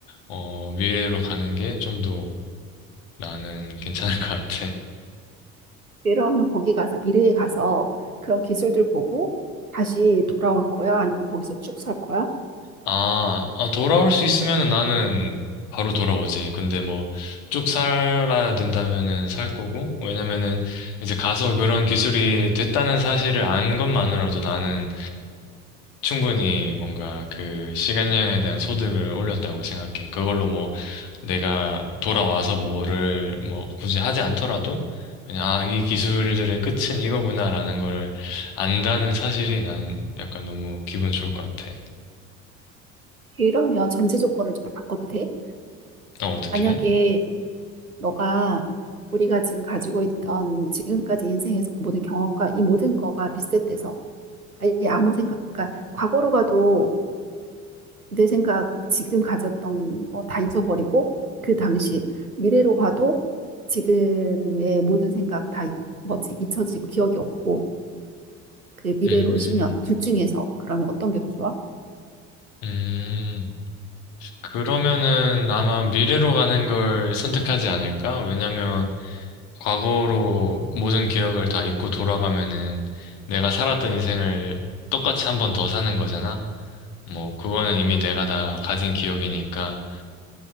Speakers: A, on the left; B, on the right.
A: 어 미래로 가는 게 좀 더 나는 괜찮을 것 같아.
B: 이러면 거기 가서 미래에 가서 그런 기술들 보고 다시 돌아올 거야? 아니면 거기서 쭉 살 거야?
A: 아, 아, 돌아올 수 있으면 나는 바로 돌아오지. 근데 뭐, 쭉 살아야 된다면은 살 거고, 왜냐면은 이제 가서 그런 기술이 됐다는 사실을 안 것만으로도 나는 충분히 뭔가 그 시간 여행에 대한 소득을 올렸다고 생각해. 그걸로 뭐, 내가 돌아와서 뭐를 뭐 굳이 하지 않더라도, 그냥 아, 이 기술들의 끝은 이거구나라는 거를 안다는 사실이 난 약간 너무 기분 좋을 것 같아.
B: 이러면 전제 조건을 좀 바꿔도 돼?
A: 어, 어떡해?
B: 만약에 너가 우리가 지금 가지고 있던 지금까지 인생에서 모든 경험과 이 모든 거가 리셋돼서 아예 아무 생각, 그러니까 과거로 가도 내 생각 지금 가졌던 거 다 잊어버리고 그 당시 미래로 가도 지금의 모든 생각 다 잊- 뭐지 잊혀지고 기억이 없고 그 미래로
A: 음.
B: 10년 둘 중에서 그러면 어떤 게 더 좋아?
A: 음, 그러면은 아마 미래로 가는 걸 선택하지 않을까? 왜냐면 과거로 모든 기억을 다 잊고 돌아가면은 내가 살았던 인생을 똑같이 한 번 더 사는 거잖아? 뭐, 그거는 이미 내가 다 가진 기억이니까,